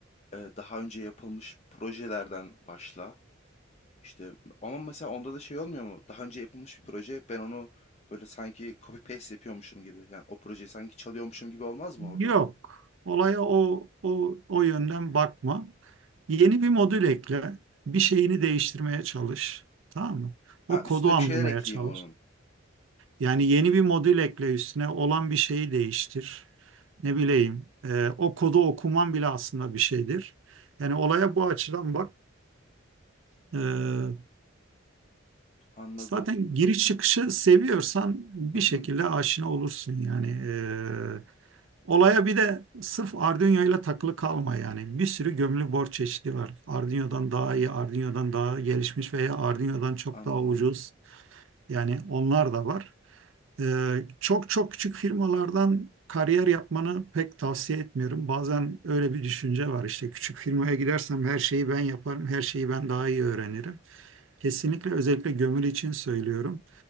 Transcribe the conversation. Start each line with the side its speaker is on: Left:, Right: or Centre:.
Left: e, daha önce yapılmış projelerden başla. İşte ama mesela onda da şey olmuyor mu? Daha önce yapılmış bir proje ben onu böyle sanki copy paste yapıyormuşum gibi. Yani o projeyi sanki çalıyormuşum gibi olmaz mı orada
Right: Yok.
Left: da?
Right: Olaya o, o, o yönden bakma. Yeni bir modül ekle. Bir şeyini değiştirmeye çalış. Tamam mı? O
Left: Ha
Right: kodu
Left: üstüne
Right: anlamaya
Left: bir şeyler ekleyeyim
Right: çalış.
Left: onun.
Right: Yani yeni bir modül ekle üstüne olan bir şeyi değiştir. Ne bileyim. e, o kodu okuman bile aslında bir şeydir. Yani olaya bu açıdan bak. E,
Left: Anladım.
Right: Zaten giriş çıkışı seviyorsan bir
Left: Hı hı.
Right: şekilde aşina olursun yani. Ee, olaya bir de sırf Arduino ile takılı kalma yani. Bir sürü gömülü board çeşidi var. Arduino'dan daha iyi, Arduino'dan daha gelişmiş veya Arduino'dan çok
Left: Anladım.
Right: daha ucuz. Yani onlar da var. Ee, çok çok küçük firmalardan kariyer yapmanı pek tavsiye etmiyorum. Bazen öyle bir düşünce var işte küçük firmaya gidersem her şeyi ben yaparım, her şeyi ben daha iyi öğrenirim. Kesinlikle özellikle gömülü için söylüyorum.